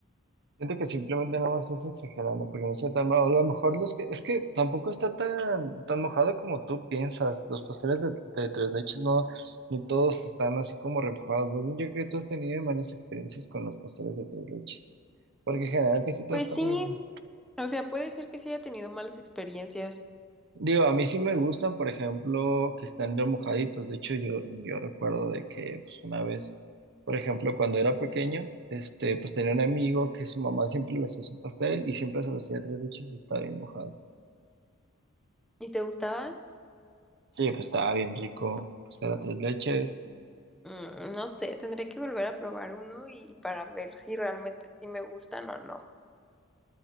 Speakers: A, on the right; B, in the centre.
A: siento que simplemente no me estás exagerando, porque no sé tan mal. A lo mejor los que, es que tampoco está tan, tan mojado como tú piensas. Los pasteles de, de tres leches no, no todos están así como remojados. Más bien, yo creo que tú has tenido malas experiencias con los pasteles de tres leches, porque en general casi todo
B: Pues
A: está
B: sí,
A: muy bueno.
B: o sea, puede ser que sí haya tenido malas experiencias.
A: Digo, a mí sí me gustan, por ejemplo, que están remojaditos. De hecho, yo, yo recuerdo de que, pues, una vez, por ejemplo, cuando era pequeño, este, pues tenía un amigo que su mamá siempre le hacía su pastel y siempre se lo hacía de tres leches y estaba bien mojado.
B: ¿Y te gustaba?
A: Sí, pues estaba bien rico, pues era tres leches.
B: Mm, no sé, tendré que volver a probar uno y para ver si realmente sí me gustan o no.